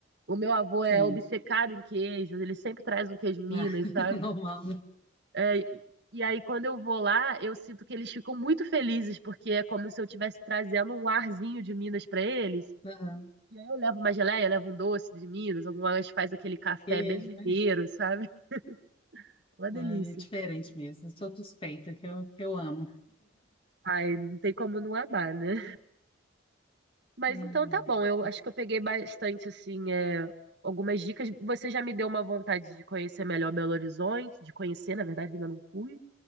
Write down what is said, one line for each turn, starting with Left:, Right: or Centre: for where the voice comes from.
Right: O meu avô
Left: sim.
Right: é obcecado em queijos, ele sempre traz um queijo Minas,
Left: Ah, <laughs>
Right: sabe?
Left: normal, né?
Right: É, e aí, quando eu vou lá, eu sinto que eles ficam muito felizes, porque é como se eu estivesse trazendo um arzinho de Minas para eles.
Left: Aham.
Right: E aí eu levo uma geleia, eu levo um doce de Minas, algumas faz aquele café
Left: Queijo,
Right: bem mineiro,
Left: né?
Right: sabe? <laughs> Uma delícia.
Left: Ah, é diferente mesmo. Eu sou suspeita, que eu, que eu amo.
Right: Ai, não tem como não amar, né? Mas
Left: Ai,
Right: então tá
Left: ai.
Right: bom, eu acho que eu peguei bastante, assim, é, algumas dicas. Você já me deu uma vontade de conhecer melhor Belo Horizonte, de conhecer, na verdade, ainda não fui.